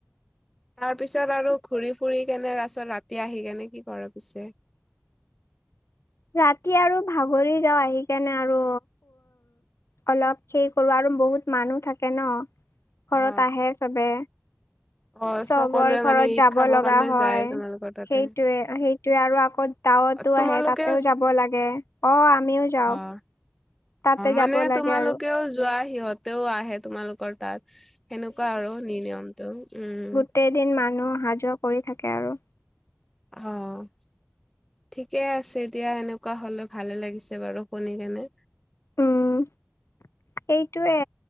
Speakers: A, in the centre; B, on the left (about 85°).
A: তাৰ পিছত আৰু ঘূৰি ফুৰি কেনে তছত ৰাতি আহি কেনে কি কৰে পিছে
B: ৰাতি আৰু ভাগৰি যাওঁ আহি কাৰনেে আৰু অলপ সেই কৰৰু আৰু বহুত মানুহ থাকে ন ঘৰত
A: অ
B: আহে চবে
A: অ
B: চবৰ
A: সকলোৱে
B: ঘৰত
A: মানে ঈদ
B: যাব
A: খাবৰ
B: লগা
A: কাৰণে
B: হয়
A: যায় তোমালোকৰ তাতে
B: সেইটোয়ে সেই ত আৰু আকৌ গাঁৱতো
A: তোমালোকে
B: আহে তাতেও যাব লাগে অ আমিও যাওঁ
A: অ
B: তাতে
A: মানে
B: যাব লাগে
A: তোমালোকেও
B: আৰু
A: যোৱা সিহঁতেও আহে তোমালোকৰ তাত সেনেকুৱা আৰু নি নিয়মটো উম
B: গোটেইদিন মানুহ অহা যোৱা কৰি থাকে আৰু
A: অ'। ঠিকে আছে এতিয়া এনেকুৱা হ'লে ভালে লাগিছে বাৰু শুনি কিনে।
B: উম সেইটোৱে